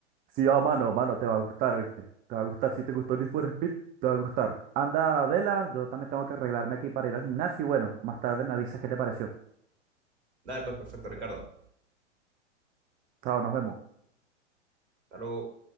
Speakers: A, on the right; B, on the right.
A: Sí, ah, mano, mano, te va a gustar, ¿viste? Te va a gustar. Si te gustó Need for Speed, te va a gustar. Anda, vela, yo también tengo que arreglarme aquí para ir al gimnasio y bueno, más tarde me avisas qué te pareció.
B: Dale, pues perfecto, Ricardo.
A: Chao, nos vemos.
B: Hasta luego.